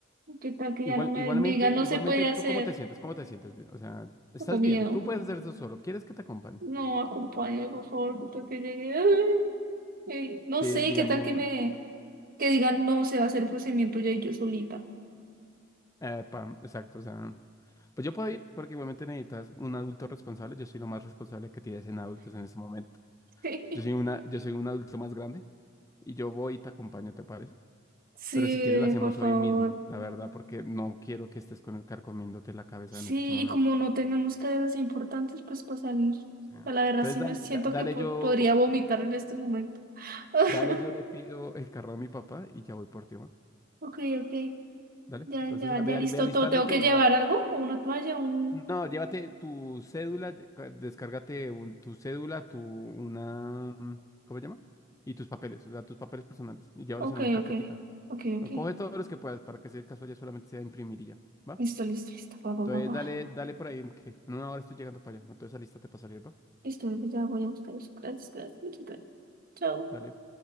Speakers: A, on the right; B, on the left.
A: qué tal que
B: Igual,
A: ya no me,
B: igualmente,
A: me digan no
B: igualmente,
A: se puede
B: ¿tú
A: hacer.
B: cómo te sientes? ¿Cómo te sientes? O sea, estás
A: Tengo miedo.
B: bien, tú puedes hacer eso solo, ¿quieres que te acompañe?
A: No, acompáñame, por favor, que tal que llegue. ay, ay, no
B: Di-
A: sé,
B: digamos,
A: qué tal que me, que digan no se va a hacer el procedimiento ya y yo solita.
B: eh, pam, exacto, o sea... Pues yo puedo ir porque igualmente necesitas un adulto responsable. Yo soy lo más responsable que tienes en adultos en ese momento.
A: <laughs>
B: Yo soy una, yo soy un adulto más grande y yo voy y te acompaño, ¿te parece?
A: Sí,
B: Pero si quieres lo hacemos
A: por favor.
B: hoy mismo, la verdad, porque no quiero que estés con el carcomiéndote la cabeza
A: Sí,
B: en este momento.
A: y como no tenemos cadenas importantes, pues para salir.
B: Sí.
A: a la verdad
B: Entonces
A: sí
B: dale,
A: me siento
B: da- dale
A: que po-
B: yo,
A: podría vomitar en este momento. <laughs>
B: dale yo le pido el carro a mi papá y ya voy por ti, ¿va?
A: Ok, ok.
B: Dale.
A: Ya,
B: Entonces
A: ya, ya
B: ve,
A: listo
B: al- ve alistándote
A: todo. ¿Tengo que
B: y
A: llevar
B: va,
A: algo? ¿O ¿Una toalla? Un...
B: No, llévate tu cédula, de- ca- descárgate un- tu cédula, tu una, mm, ¿cómo se llama? Y tus papeles, o sea, tus papeles personales, y llévalos
A: Ok,
B: en una carpetica.
A: ok. Ok, ok.
B: O coge todos los que puedas para que si el caso ya solamente sea imprimir y ya, ¿va?
A: Listo, listo, listo. Va, va,
B: Entonces
A: va, va.
B: dale, dale por ahí, que en una hora estoy llegando para allá. Entonces lista para salir, ¿va?
A: Listo, bebé, ya voy a buscar eso. Gracias, gracias. Muchas gracias. Chao.
B: Dale.